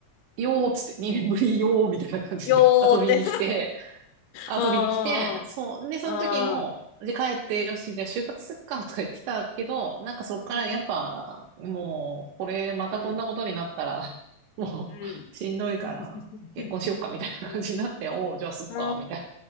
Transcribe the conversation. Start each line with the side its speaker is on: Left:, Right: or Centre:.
Right: よーっつって、2年ぶりよーみたいな感じで遊びに来て、
Left: よって、
Right: 遊びに来て、
Left: うん
Right: そう。で、その時も、
Left: うんうん
Right: で、帰って、よし、じゃあ就活すっか、とか言ってたけど、なんかそっからやっぱ、
Left: うんうん
Right: もう、これ、またこんなことになったら、
Left: うん
Right: <laughs> もう、
Left: うん
Right: しんどいから、
Left: うん
Right: 結婚しよっか、みたいな感じになって、
Left: うん
Right: おう、じゃあすっか、
Left: う
Right: みたいな